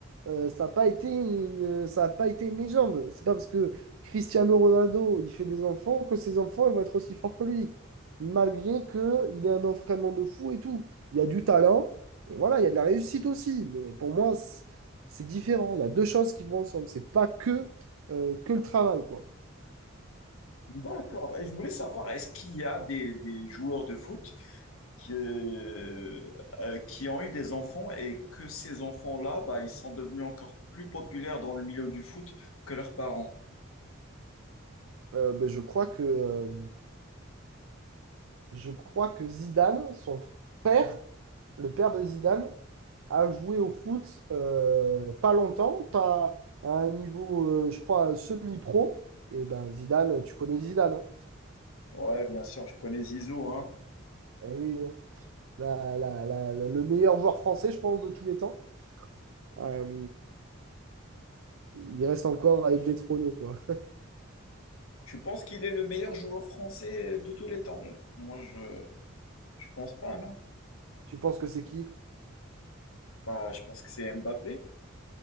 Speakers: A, on the right; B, on the left.
A: euh, ça n'a pas été une, euh, ça a pas été une légende. C'est pas parce que Cristiano Ronaldo, il fait des enfants que ses enfants, ils vont être aussi forts que lui. Malgré qu'il ait un entraînement de fou et tout. Il y a du talent, et voilà, il y a de la réussite aussi. Mais pour moi, c'est c'est différent. Il y a deux choses qui vont ensemble. C'est pas que, euh, que le travail, quoi.
B: D'accord. Et je voulais savoir, est-ce qu'il y a des, des joueurs de foot qui, euh, euh, qui ont eu des enfants et que ces enfants-là, bah, ils sont devenus encore plus populaires dans le milieu du foot que leurs parents?
A: Euh, ben, je crois que, euh, je crois que Zidane, son père, le père de Zidane, a joué au foot euh, pas longtemps, pas à un niveau, euh, je crois, semi-pro. Et ben Zidane, tu connais Zidane. hein.
B: Ouais, bien sûr, je connais Zizou, hein.
A: Eh oui, hein. La- la- la- la- le meilleur joueur français, je pense, de tous les temps. Euh, il reste encore à être détrôné, quoi.
B: Tu penses qu'il est le meilleur joueur français de tous les temps? Moi, je je pense pas, non.
A: Tu penses que c'est qui?
B: Bah, je pense que c'est Mbappé.